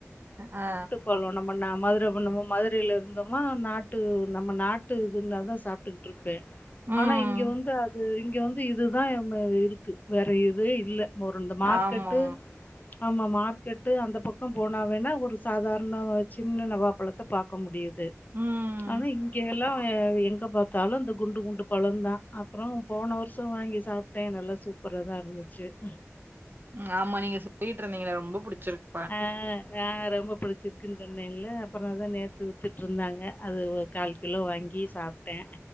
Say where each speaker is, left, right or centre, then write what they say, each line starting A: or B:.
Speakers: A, on the right; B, on the left.
A: ஆ
B: போலு நம்ம ந மதுரை மதுரையில இருந்தோமா நாட்டு நம்ம நாட்டு <unintelligible> இதுனாதா சாப்பிட்டுக்கிட்டு இருப்பே
A: ம்
B: ஆனா இங்க வந்து அது இங்க வந்து இதுதா இருக்கு வேற இது இல்ல ஒரு ரெண்டு மார்க்கெட்டு
A: ஆமா
B: ஆமா மார்க்கெட்டு அந்த பக்கோ போனாவேனா ஒரு சாதாரண சின்ன நவாப்பழத்த பாக்க முடியுது
A: ம்
B: ஆனா இங்க எல்லா எங்க பாத் தளம் இந்த குண்டு குண்டு பழோ தா அப்புறோ போன வருஷம் வாங்கி சாப்பிட்டே நல்லா சூப்பராக தானே இருந்துச்சு <inaudible>
A: ம் ஆமா நீங்க சொல்லிட்டு இருந்திங்கள ரொம்ப புடிச்சிருக்கு
B: ஆ அ ரொம்ப பிடிச்சிரு க்கு சொன்னேல்ல அப்புறோ தா நேத்து வித்துட்டு இருந்தாங்க அது ஒரு கால் கிலோ வாங்கி சாப்பிட்டே